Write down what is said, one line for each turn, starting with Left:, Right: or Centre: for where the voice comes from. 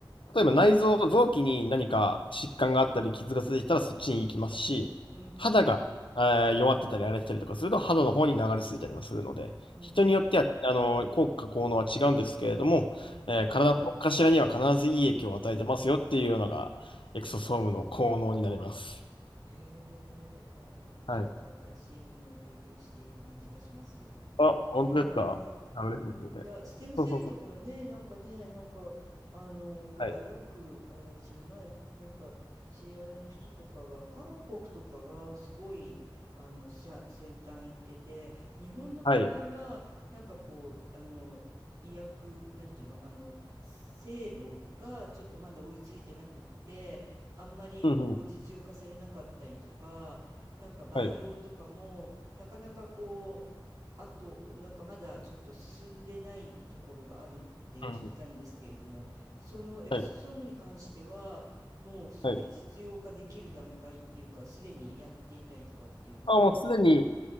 Left: 例えば内臓、臓器に何か疾患があったり、傷がついてきたらそっちに行きますし、
Right: うん、
Left: 肌が、えー弱ってたり荒れてたりとかすると肌の方に流れ着いたりもするので、
Right: うん、
Left: 人によっては、あの、効果、効能は違うんですけれども、
Right: うん。
Left: えー体のどっかしらには必ずいい影響を与えてますよっていうのが、エクソソームの効能になります。
Right: へえ、わ、なんかちょっと新しいものを勉強している感じがします。
Left: はい。あ、
Right: へえ、
Left: 本当ですかあ、
Right: へえ、
Left: 嬉しいですね。
Right: いや、ステムセールとかはね、
Left: そうそうそう。
Right: なんかね、なんか、あの、ほら、
Left: はい。
Right: よく、あれ、私も前、なんか、知り合いの人とかが、韓国とかがすごい、あの、さ先端行ってて、日本の場合は、
Left: はい。
Right: なんかこう、あの、医薬、なんていうの、あの、制度がちょっとまだ追いついてなくって、あんまりこう、
Left: うんうん。
Right: 実用化されなかったりとか、なんか培養とかも、
Left: はい。
Right: なかなかこう、あと、なんかまだちょっと進んでないところがあるって聞いたんですけれども、
Left: うん。
Right: そのエクソソームに関しては、
Left: はい。
Right: もうそれ実用化できる段階っていうか、
Left: はい。
Right: すでにやっていたりとかっていうことなんですか
Left: あ、もうすでに、